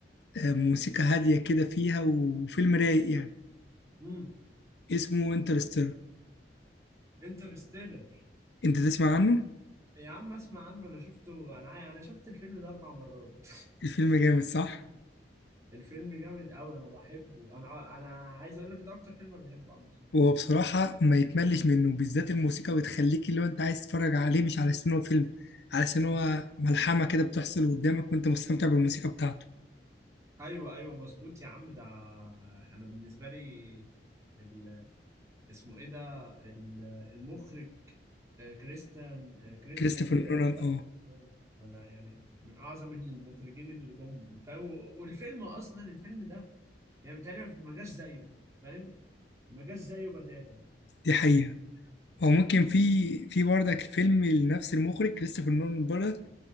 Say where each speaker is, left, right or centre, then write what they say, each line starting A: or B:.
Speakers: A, on the left; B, on the right.
A: آه، موسيقى هاديه كده فيها وفيلم رايق يعني
B: امم
A: اسمه انترستيلر
B: انترستيلر
A: انت تسمع عنه
B: يا عم اسمع عنه انا شفته انا انا شفت الفيلم ده اربع مرات
A: الفيلم جامد صح
B: <laughs> الفيلم جامد قوي انا بحبه انا انا عايز اقول لك ده اكتر فيلم أنا بحبه عم
A: وهو بصراحه ما يتملش منه بالذات الموسيقى بتخليك اللي هو انت عايز تتفرج عليه مش علشان هو فيلم علشان هو
B: مم.
A: ملحمه كده بتحصل قدامك وانت مستمتع بالموسيقى بتاعته
B: ايوه ايوه مظبوط يا عم ده انا بالنسبه لي ال... اسمه ايه ده ال... المخرج آه، كريستيان آه، كريستيان
A: كريستوفر
B: نولان
A: نولان
B: ده
A: اه
B: آه، ده يعني من اعظم المخرجين اللي جم فاهم والفيلم اصلا الفيلم ده يعني بيتهيألي ما جاش زيه فاهم ما جاش زيه بتاتا
A: دي حقيقة او ممكن
B: انت
A: في في برضك فيلم لنفس المخرج كريستوفر نولان برضك